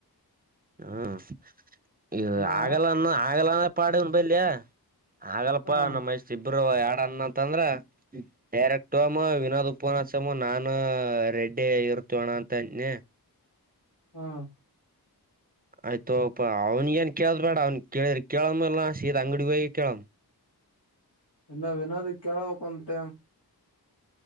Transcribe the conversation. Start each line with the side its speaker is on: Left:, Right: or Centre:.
Right: ಹ್ಮ್ ಇ
Left: ಅನಾ
Right: ಆಗಲ್ಲ ಆಗಲ ಪಾಡ ಬಲ್ ಹಾಗಲ್ಲಪ್ಪಾ
Left: ಹ್ಮ್
Right: ನಮ್ಮ ಸಿಬ್ ಒಬ್ರು ಎಡನ್ನ ಅಂತಂದ್ರ ಡೈರೆಕ್ಟ ಅಮ್ಮ ವಿನೋದ್ ಉಪನ್ಯಾಸಮ್ಮ ನಾನನ್ ಆ ರೆಡ್ಡಿ ಆಐರ್ತೋಣ ತನ್ನ
Left: ಹ್ಮ್
Right: ಆಯ್ತು ಹಪ ಅವನ್ ಏನ್ ಕೇಳ್ದ್ ಬೇಡ ಅವ್ನ್ ಕೇಳಿದ್ರ ಕೇಳಮ್ಮಲ್ಲಾ ಸೀದಾ ಅಂಗಡಿ ಹೋಗಿ ಕೇಳಮ್ಮ
Left: ಇಲ್ಲ ವನೋದ್ ಕೇಳ್ಬೇಕಕ್ ಅಂತ